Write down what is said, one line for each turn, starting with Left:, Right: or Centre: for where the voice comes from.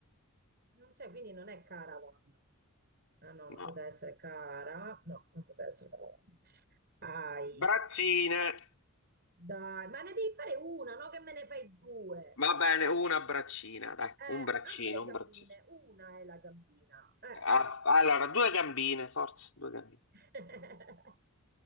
Right: Non c'è, quindi non è Caravan. Ah no,
Left: no.
Right: non poteva essere Cara. No, non poteva essere Caravan. Ai,
Left: Braccine,
Right: dai, ma ne devi fare una, no? Che me ne fai due.
Left: va bene, una braccina, dai,
Right: Eh,
Left: un braccino,
Right: anche le
Left: un
Right: gambine.
Left: braccino.
Right: Una è la gambina. Eh, eh.
Left: Ah, allora, due gambine, forza, due gambine.
Right: <laughs>